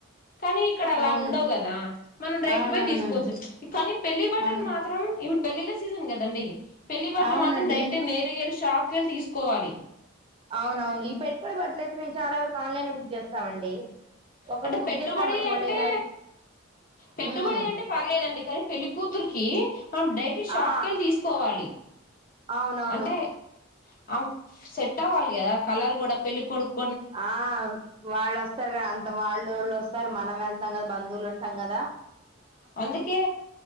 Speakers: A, on the left (about 45°); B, on the right (about 25°).
A: కానీ ఇక్కడ అలాగుండవు
B: అవును
A: గదా మనం డైట్
B: అవునవును
A: బొయ్ తీసుకోవజ్ కానీ పెళ్లి బట్టలు
B: అవును
A: మాత్రం ఇప్పు పెళ్ళిళ్ళ సీజన్ గదండి పెళ్లిబట్లు
B: అవునండి
A: మాత్రం డైట్టే నేరుగెల్లి షాప్ క్కేల్ తీస్కోవాలి
B: అవునవును ఈ పెట్టుబడి బట్లైతే మేము చాలా వరకు ఆన్లైనే బుక్ చేస్తామండి ఒకటి
A: అంటే
B: బుక్
A: పెట్టుబడి
B: చేసాం అనుకోండి
A: అంటే
B: మ్యా
A: పెట్టుబడి
B: ఉమ్
A: అంటే పర్లేదండి కానీ పెళ్లికూతురికి డైటి షాప్
B: ఆ
A: కి వెళ్ళి తీసుకోవాలి
B: అవునవును
A: అంటే ఆమక్ సెట్టవ్వాలి గదా కలర్ గుడ పెళ్ళ కొడుక్
B: ఆ వాళ్ళొస్తారు గా అంత వాళ్ళోళ్ళొస్తారు మనమెళ్తాం గదా బంధువులుంటం గదా
A: అందుకే